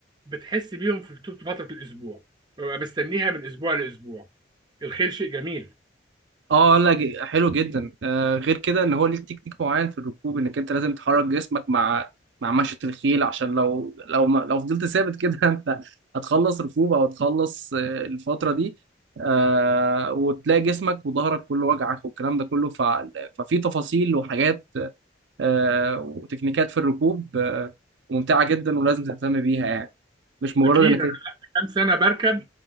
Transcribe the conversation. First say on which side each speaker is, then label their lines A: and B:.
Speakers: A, on the right; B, on the right.
A: بتحس بيهم في طول فتره الاسبوع ببقى مستنيها من اسبوع لاسبوع الخيل شيء جميل
B: اه لا ج- حلو جدا آه غير كده ان هو ليك تكنيك معين في الركوب انك انت لازم تحرك جسمك مع مع مشية الخيل عشان لو لو ما لو فضلت ثابت كده <laughs> انت هتخلص ركوب او هتخلص آه الفترة دي آه وتلاقي جسمك وظهرك كله وجعك والكلام ده كله ف... ففي تفاصيل وحاجات آه وتكنيكات في الركوب آه ممتعة جدا ولازم تهتم بيها يعني مش مجرد
A: اكيد
B: انك
A: انا قعدت كام سنه بركب